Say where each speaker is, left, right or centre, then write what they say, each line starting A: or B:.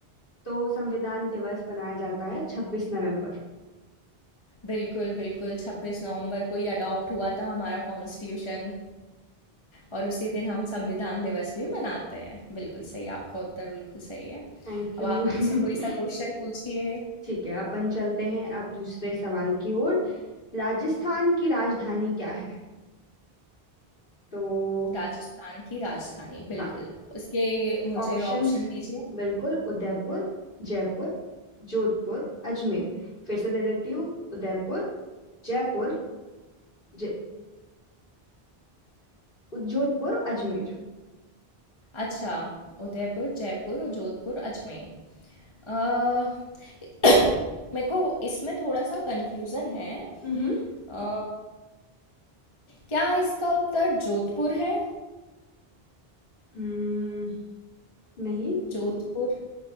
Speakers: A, on the left; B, on the left.
A: तो संविधान दिवस मनाया जाता है छब्बीस नवंबर
B: बिल्कुल बिल्कुल छब्बीस नवंबर को ही अडॉप्ट हुआ था हमारा कॉन्स्टिट्यूशन और उसी दिन हम संविधान दिवस भी मनाते हैं बिल्कुल सही आपका उत्तर बिल्कुल सही है
A: Thank
B: अब
A: you
B: आप मुझसे
A: <laughs>
B: कोई सा क्वेश्चन पूछिए
A: ठीक है अपन चलते हैं अब दूसरे सवाल की ओर राजस्थान की राजधानी क्या है तो
B: राजस्थान की राजधानी बिल्कुल
A: हाँ
B: उसके मुझे
A: ऑप्शंस
B: ऑप्शन दीजिए
A: बिल्कुल उदयपुर जयपुर जोधपुर अजमेर फिर से दे देती हूँ उदयपुर जयपुर जय जोधपुर अजमेर
B: अच्छा उदयपुर जयपुर और जोधपुर अजमेर अ, <coughs> मेरे को इसमें थोड़ा सा कंफ्यूजन है
A: हम्म
B: अ, क्या इसका उत्तर जोधपुर है
A: हम्म, नहीं
B: जोधपुर